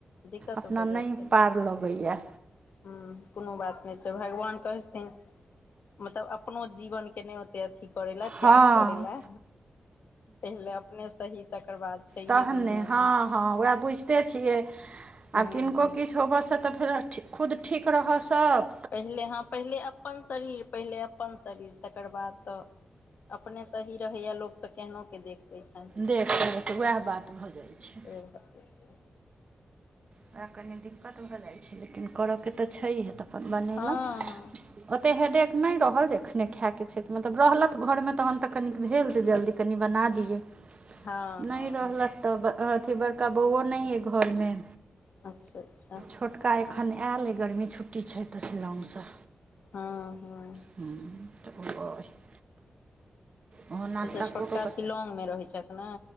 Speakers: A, on the left (about 75°); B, on the right (about 45°).
A: दिक्कत
B: अपना
A: भऽ जाइ
B: नै
A: छै ने
B: पार लगैया।
A: हूँ, कुनो बात नै छै। भगवान कहै छथिन, मतलब अपनो जीवन के ने, अथी करै ला,
B: हँ
A: त्याग करै ला। पहिले अपने सहि तकर बाद छैहे
B: तहन
A: दुनिया
B: ने।
A: मे
B: हँ हँ उएह बुझ ते छियै। आब
A: हूँ
B: किनको किछु होबऽसँ तऽ फेर ठी खुद ठीक रहऽ सब।
A: पहिले हँ पहिले अपन शरीर पहिले अपन शरीर तकर बाद तऽ। अपने सही रहैया लोक त केहनो के देख। होइ छनि
B: देख देख उएह बात भऽ जाइ छै
A: से भ जाय छनि
B: ओकरा कनी दिक्कत भऽ जाइ छै लेकिन कर के तऽ छैहे तऽ अपन बनेलौं
A: हँ हँ
B: ओते हेडेक नै रहल, जे एखने खाय के छै। मतलब रहलथ घर मे तहन त कनिक भेल जे जल्दी। कनि बना दियै
A: हँ
B: नै
A: हँ
B: रहलैथ त अथि बड़का बौआ नै यै घर मे
A: अच्छा अच्छा
B: छोट का एखन आयल अई गरमी छुट्टी छै त शिलौग स
A: हॅं हॅं
B: <unintelligible> अहो नाश्ता
A: अच्छा छोटका
B: क क क
A: शिलौंग मे रहै छथि ने